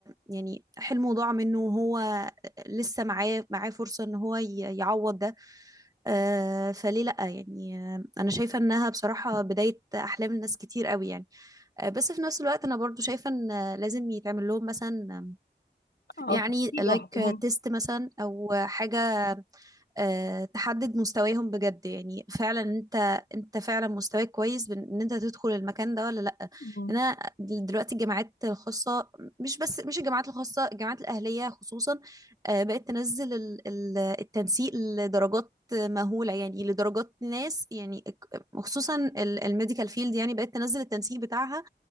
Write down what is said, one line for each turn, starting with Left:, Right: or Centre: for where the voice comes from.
Right: يعني حلمه ضاع منه وهو لسه معاه معاه فرصة إن هو ي- يعوض ده آه فليه لأ يعني آه أنا شايفة إنها بصراحة بداية أحلام الناس كتير قوي يعني آه بس في نفس الوقت أنا برضو شايفة إن لازم يتعمل لهم مثلا
Left: اه
Right: يعني
Left: خطيب
Right: لايك
Left: لوحدهم
Right: تيست مثلا أو حاجة آه، تحدد مستواهم بجد يعني فعلا انت انت فعلا مستواك كويس بان إن انت تدخل المكان ده ولا لا
Left: مم.
Right: إن انا دلوقتي الجامعات الخاصه مش بس مش الجامعات الخاصه الجامعات الاهليه خصوصا آه، بقت تنزل ال- ال- التنسيق لدرجات مهوله يعني لدرجات ناس يعني خصوصا الميديكال فيلد يعني بقت تنزل التنسيق بتاعها